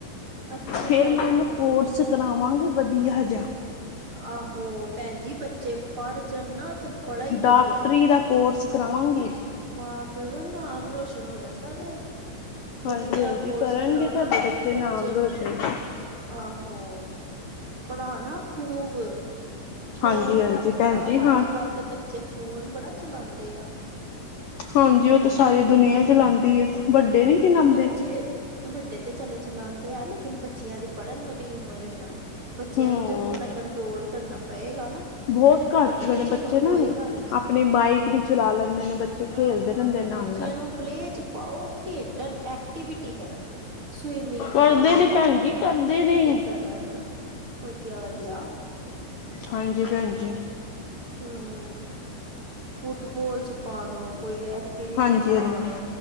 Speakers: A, on the right (about 40°); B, on the left (about 85°).
A: ਅੱਛਾ
B: ਫੇਰ
A: ਕੋਲਜ
B: ਮੈਂ ਇਹ ਨੂੰ
A: ਜਾਣਾ
B: ਕੋਰਸ
A: ਤੁਸੀਂ
B: ਕਰਾਵਾਂਗੀ ਵਧੀਆ ਜਿਹਾ।
A: <inaudible> ਆਹੋ ਭੈਣ ਜੀ ਬੱਚੇ ਪੜ੍ਹ ਜਾਣ ਨਾ ਤੇ ਬੜਾ ਹੀ
B: ਡਾਕਟਰੀ
A: ਵਧੀਆ।
B: ਦਾ ਕੋਰਸ ਕਰਾਵਾਂਗੀ
A: ਮਾਂ ਪਿਓ ਦਾ ਨਾਮ ਰੋਸ਼ਨ ਹੋ ਜਾਂਦਾ ਜੇ। ਵਧੀਆ
B: ਹਾਂਜੀ-ਹਾਂਜੀ
A: ਕੋਰਸ
B: ਕਰਨਗੇ
A: ਕਰਾਉਣਾ
B: ਸਾਡੇ
A: ਬੱਚੇ
B: ਨਾਮ ਰੋਸ਼ਨ
A: ਨੂੰ। ਆਹੋ ਪੜ੍ਹਾਣਾ ਖ਼ੂਬ। ਫੋਨ
B: ਹਾਂਜੀ-ਹਾਂਜੀ
A: ਘੱਟ
B: ਭੈਣ
A: ਕਰਾਓ
B: ਜੀ ਹਾਂ
A: ਅੱਜ ਕੱਲ੍ਹ ਦੇ ਬੱਚੇ ਫੋਨ ਬੜਾ ਚਲਾਉਂਦੇ ਆ।
B: ਹਾਂਜੀ ਉਹ ਤੇ ਸਾਰੀ ਦੁਨੀਆਂ ਚਲਾਂਦੀ ਏ। ਵੱਡੇ ਨੀ? ਚਲਾਉਂਦੇ
A: ਬੱਚੇ ਵੱਡੇ ਤੇ ਚਲੋ ਚਲਾਂਦੇ ਆ ਲੇਕਿਨ ਬੱਚਿਆਂ ਦੀ ਪੜ੍ਹਨ ਵਾਲੀ ਉਮਰ ਏ ਨਾ। ਬੱਚਿਆਂ
B: ਹੂੰ
A: ਨੂੰ ਤੇ ਥੋੜਾ ਕੰਟਰੋਲ ਕਰਨਾ ਪਏਗਾ ਨਾ।
B: ਬਹੁਤ ਘੱਟ
A: ਵੱਡੇ ਤੇ ਚਲੋ
B: ਬੱਚੇ ਨਾ
A: ਕੋਈ ਗੱਲ ਨੀ
B: ਆਪਣੀ ਬਾਈਕ ਵੀ ਚਲਾ ਲੈਂਦੇ ਨੇ ਬੱਚੇ। ਖੇਲਦੇ
A: ਆਹੋ
B: ਰਹਿੰਦੇ
A: ਆਹੋ
B: ਨਾਲ-ਨਾਲ
A: ਬੱਚਿਆਂ ਨੂੰ ਪਲੇੲ ਚ ਪਾਓ ਖੇਡਣ ਐਕਟੀਵਿਟੀ ਕਰਨ ਸਵਿਮਿੰਗ
B: ਕਰਦੇ
A: ਵਗੈਰਾ
B: ਨੇ
A: ਕਰਨ
B: ਭੈਣ ਜੀ
A: ਐਕਟੀਵਿਟੀ
B: ਕਰਦੇ ਨੇ
A: ਕਰਨ ਵਧੀਆ, ਵਧੀਆ।
B: ਹਾਂਜੀ ਭੈਣ ਜੀ।
A: <unintelligible> ਫੁੱਟਬੋਲ ਚ ਪਾ ਦੋ ਕੋਈ ਐ ਐਕਟੀਵਿਟੀ
B: ਹਾਂਜੀ-ਹਾਂਜੀ
A: ਚ ਪਾਦੋ